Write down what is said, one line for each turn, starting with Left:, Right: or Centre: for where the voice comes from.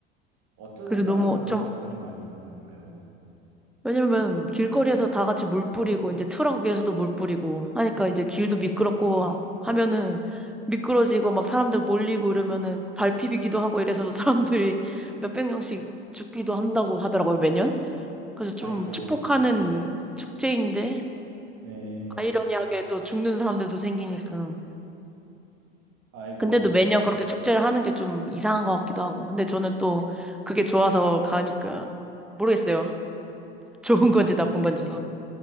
Right: 어쩌다가
Centre: 그래서 너무
Right: 그런
Centre: 좀
Right: 사건이 많이 일어날까요?
Centre: 왜냐면 길거리에서 다 같이 물 뿌리고 이제 트럭 위에서도 물 뿌리고 하니까 이제 길도 미끄럽고 하- 하면은 미끄러지고 막 사람들 몰리고 이러면은 발 피비기도 하고 이래서 <laughs> 사람들이 몇백 명씩 죽기도 한다고 하더라고요, 매년. 그래서 좀
Right: 아이고,
Centre: 축복하는 축제인데
Right: 네.
Centre: 아이러니하게 또 죽는 사람들도 생기니까.
Right: 아이고,
Centre: 근데도 매년 그렇게 축제를 하는 게 좀 이상한 것 같기도 하고. 근데 저는 또 그게 좋아서 가니까 모르겠어요. <laughs> 좋은
Right: 음,
Centre: 건지 나쁜 건지.